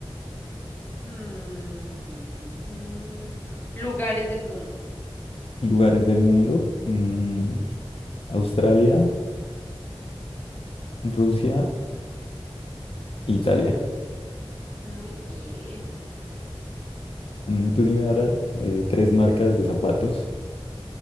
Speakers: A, on the left; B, on the left.
A: mm, <laughs> lugares del mundo.
B: Lugares del mundo. Mm, Australia, Rusia Italia.
A: Muy bien.
B: Mm, tú dime ahora eh, tres marcas de zapatos.